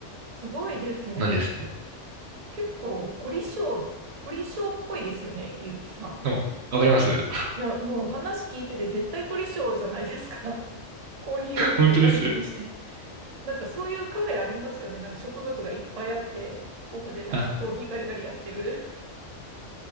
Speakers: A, on the right; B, on the right.
A: すごいですね。
B: のですね。
A: 結構、凝り性、凝り性っぽいですよね、ゆうきさ
B: の、わかります <laughs>
A: ん。いや、もう話聞いてて絶対凝り性じゃないですか。コーヒーを手でガリガリして。
B: 本当です。
A: なんかそういうカフェありますよね。なんか植物がいっぱいあって、奥でなんかコーヒーガリガリやってる。
B: あ、